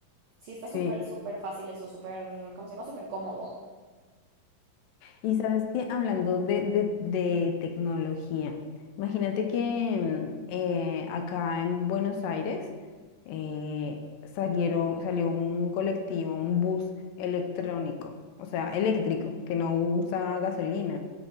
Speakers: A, on the right; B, on the left.
A: Sí, está
B: Sí.
A: súper, súper fácil eso, súper, ¿cómo se llama? Súper cómodo.
B: Y sabes que hablando de, de- de tecnología, imagínate
A: Ah,
B: que mm, eh, acá en Buenos Aires eh, salieron, salió un colectivo, un bus electrónico, o sea, eléctrico, que no usa gasolina.